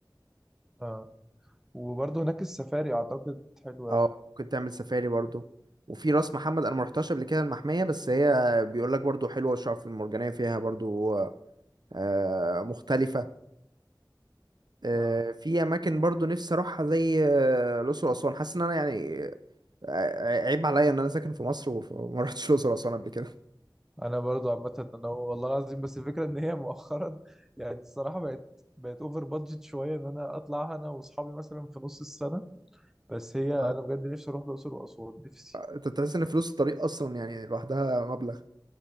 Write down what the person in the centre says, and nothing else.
آه. وبرضه هناك السفاري أعتقد حلو
أوي
آه.
أنا برضه عامة أنا والله العظيم بس الفكرة إن هي مؤخرا <laughs> يعني الصراحة بقت بقت أوفر بادجت شوية إن أنا أطلع أنا وأصحابي مثلا في نص السنة بس هي
أنا بجد نفسي أروح الأقصر وأسوان نفسي